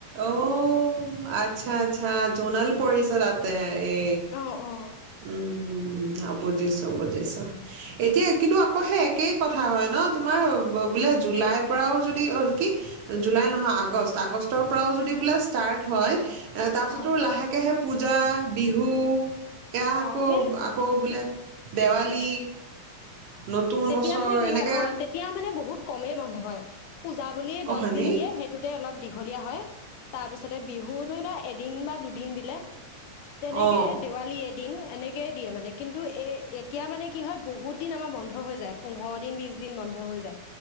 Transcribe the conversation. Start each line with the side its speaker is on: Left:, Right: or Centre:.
Right: অও আচ্ছা আচ্ছা জনাল পৰিচে তাতে এ
Left: অ অ
Right: উম উম। অ বুজিছো বুজিছো। এতিয়া কিন্তু আকৌ সেই একেই কথা হয় ন তোমাৰ বোলে জুলাইৰ পৰাও যদি কি জুলাই নহয় আগষ্ট আগষ্ট টৰ পৰা যদি বোলে ষ্টাৰ্ট হয়। এ তাপিছতোৰ
Left: অ
Right: লাহেকে হে পূজা। বিহু। সেইয়া আকৌ
Left: অ সেই
Right: আকৌ বোলে দেৱালী নতুন
Left: তেতিয়া
Right: বছৰ
Left: মানে কি
Right: এনেকে
Left: হয় অ, তেতিয়া মানে বহুত কমেই বন্ধ হয়। পূজা বুলি
Right: অ
Left: দচ
Right: হয়নি
Left: দিন দিয়ে সেইটোতে অলপ দীঘলীয়া হয়। তাৰপিছতে বিহু ধৰি লোৱা এদিন বা দুদিন দিলে তেনেকে
Right: অ
Left: দেৱালী এ দিন এনেকেয়ে দিয়ে মানে কিন্তু এ এতিয়া মানে কি হয় বহুত বহুত দিন আমাৰ বন্ধ হৈ যায়। পোন্ধৰ দিন বিশ দিন বন্ধ হৈ যায়।